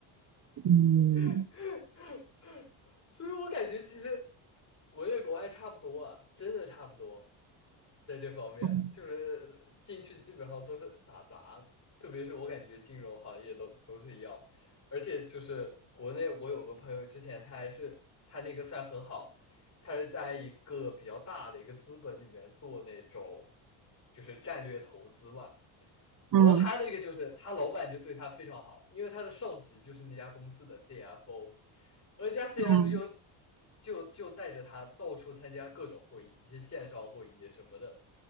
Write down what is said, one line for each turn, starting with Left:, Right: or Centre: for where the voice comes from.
Right: 嗯
Left: <laughs> 所以我感觉其实国内国外差不多啊，真的差不多，在这方面就是进去基本上都是打杂，
Right: 嗯
Left: 特别是我感觉金融行业都都是一样，而且就是国内我有个朋友之前他还是他那个算很好，他是在一个比较大的一个资本里面做那种就是战略投资嘛。然后他那个就是他老板就对他非常好，
Right: 嗯
Left: 因为他的上级就是那家公司的 CFO，而那家 CFO
Right: 嗯
Left: 就就就带着他到处参加各种会议，一些线上会议什么的，